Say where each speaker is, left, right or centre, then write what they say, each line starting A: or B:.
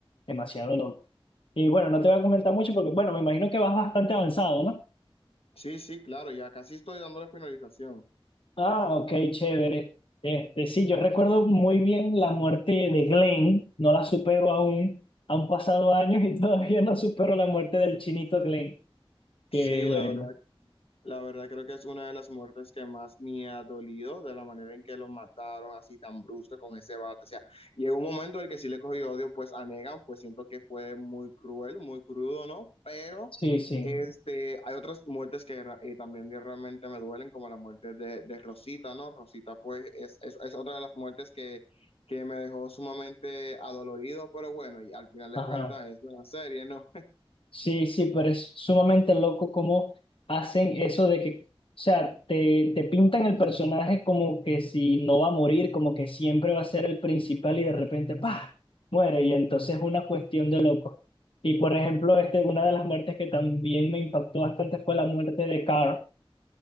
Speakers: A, on the left (about 65°); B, on the left (about 75°).
A: demasiado loco. Y bueno, no te voy a comentar mucho porque, bueno, me imagino que vas bastante avanzado, ¿no?
B: Sí, sí, claro, ya casi estoy dándole finalización.
A: Ah, ok, chévere. Este, sí, yo recuerdo muy bien la muerte de Glenn, no la supero aún, han pasado años y <laughs> todavía no supero la muerte del chinito Glenn. Que
B: Sí,
A: bueno,
B: la verdad La verdad creo que es una de las muertes que más me ha dolido de la manera en que lo mataron así tan brusca con ese bate. O sea, llegó un momento en el que sí le cogí odio pues a Negan, pues siento que fue muy cruel, muy crudo, ¿no? Pero
A: sí, sí,
B: este, hay otras muertes que ra- eh, también de- realmente me duelen, como la muerte de, de Rosita, ¿no? Rosita pues es, es, es otra de las muertes que, que me dejó sumamente adolorido, pero bueno, y al final de
A: ajá.
B: cuentas es una serie, ¿no?
A: Sí, sí, pero es sumamente loco cómo hacen eso de que, o sea, te, te pintan el personaje como que si no va a morir, como que siempre va a ser el principal y de repente, ¡pah! muere y entonces es una cuestión de loco. Y por ejemplo, este, una de las muertes que también me impactó bastante fue la muerte de Carl.